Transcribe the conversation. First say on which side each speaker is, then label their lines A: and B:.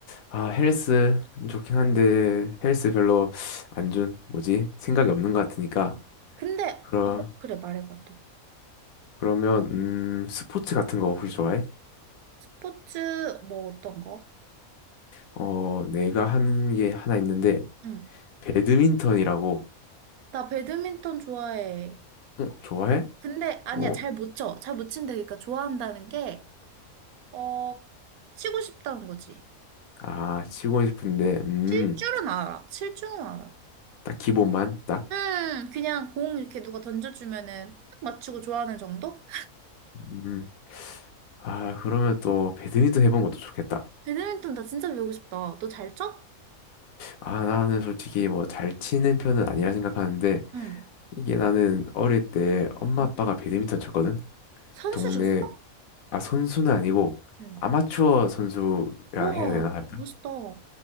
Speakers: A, on the left; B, on the right.
A: 아, 헬스 좋긴 한데, 헬스 별로 안 준, 뭐지? 생각이 없는 것 같으니까.
B: 근데
A: 그러,
B: 어 그래 말해봐 또.
A: 그러면, 음, 스포츠 같은 거 혹시 좋아해?
B: 스포츠 뭐 어떤 거?
A: 어, 내가 하는 게 하나 있는데,
B: 응.
A: 배드민턴이라고,
B: 나 배드민턴 좋아해.
A: 어, 좋아해?
B: 근데 아니야,
A: 어,
B: 잘 못 쳐. 잘 못 친다. 그러니까 좋아한다는 게, 어, 치고 싶다는 거지.
A: 아, 치고 싶은데, 음,
B: 칠 줄은 알아. 칠 줄은 알아.
A: 딱 기본만, 딱.
B: 음, 그냥 공 이렇게 누가 던져주면은 딱 맞추고 좋아하는 정도?
A: 음, 아, 그러면 또 배드민턴 해본 것도 좋겠다.
B: 배드민턴 나 진짜 배우고 싶다. 너 잘 쳐?
A: 아, 나는 솔직히 뭐 잘 치는 편은 아니라 생각하는데
B: 응.
A: 이게 나는 어릴 때 엄마
B: 응.
A: 아빠가 배드민턴 쳤거든?
B: 선수셨어?
A: 동네 아 선수는 아니고
B: 응.
A: 아마추어 선수라
B: 우와,
A: 해야 되나 살짝?
B: 멋있다.